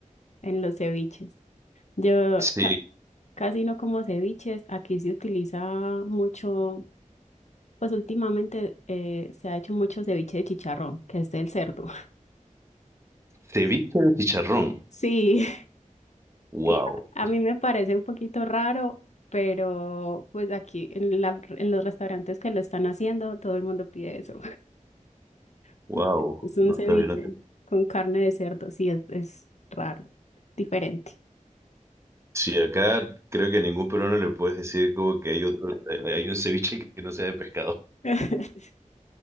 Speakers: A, on the left; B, on the right.
A: en los ceviches. Yo
B: Sí,
A: ca- casi no como ceviches. Aquí se utiliza mucho Pues últimamente eh, se ha hecho mucho ceviche de chicharrón, que es del cerdo. <laughs>
B: ceviche de chicharrón.
A: Sí,
B: Wow,
A: sí, a mí me parece un poquito raro, pero pues aquí en la- en los restaurantes que lo están haciendo, todo el mundo pide eso. <laughs>
B: wow.
A: Es un
B: No
A: ceviche
B: sabía. No te-
A: con carne de cerdo, sí, es, es raro, diferente.
B: Sí, acá creo que a ningún peruano le puedes decir como que hay otro, eh, hay un ceviche que no sea de pescado.
A: <laughs>